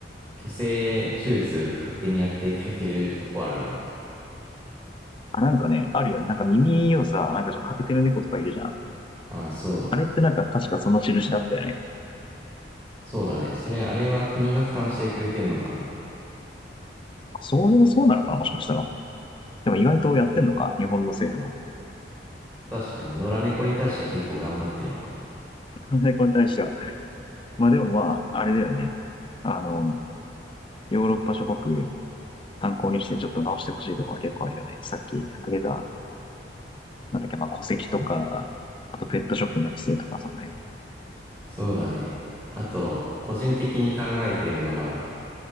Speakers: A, on the right (about 20°); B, on the left (about 30°).
A: 去勢手術勝手にやってくれてるとこあるよね。
B: あ、なんかね、あるよね。なんか耳をさ、なんかちょっと欠けてる猫とかいるじゃん。
A: ああ、そう。
B: あれってなんか確かその印だったよね。
A: そうだね。それ、あれは国が負担してくれてんのかな。
B: そういう、そうなのかなもしかしたら。でも意外とやってんのか日本の政府も。
A: 確かに、野良猫に対しては結構頑張ってるのかも。
B: <laughs> これに対しては。まあでもまあ、あれだよね。あの、ヨーロッパ諸国参考にしてちょっと直してほしいとこは結構あるよね。さっき挙げた、なんだっけ、まあ戸籍とか、あとペットショップの規制とかその辺。
A: そうだね。あと、個人的に考えてるのは、